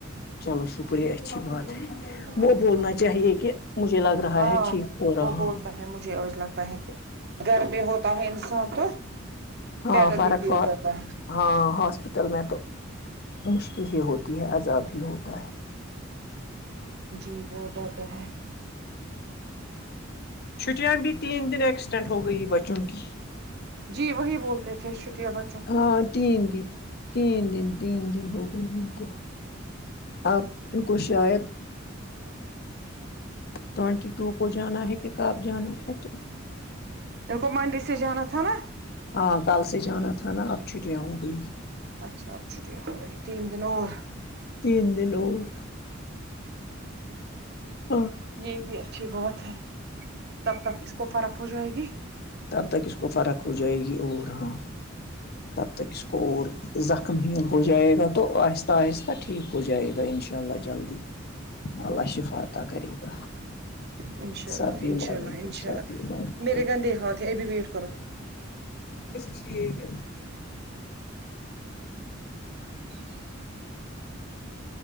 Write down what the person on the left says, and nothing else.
چلو شکریہ اچھی بات ہے
وہ بولنا چاہیے کہ مجھے لگ رہا
ہے ٹھیک ہو رہا ہوں
ہاں
فرق
ہو
ہاں ہاسپٹل میں تو مشکل ہی ہوتی ہے عذاب ہی ہوتا ہے
چھٹیاں بھی تین دن ایکسٹینٹ ہو گئی بچوں کی
ہاں تین دن تین دن تین دن ہو گئی ان کو اب ان کو شاید ٹوونٹی ٹو کو جانا ہے کہ کب جانا ہے تو
اں کل سے جانا تھا نا اب چھٹیاں ہو گئی
تین دن اور ہاں
تب تک اس کو فرق ہو جائے گی اور ہاں تب تک اس اور زخم ہیل ہو جائے گا تو آہستہ آہستہ ٹھیک ہو جائے گا ان شاء اللہ جلدی اللہ شفاعطا کرے گا
سب
بیماروں
کو
سب
بیماروں
ا سکسٹی ایٹ ہے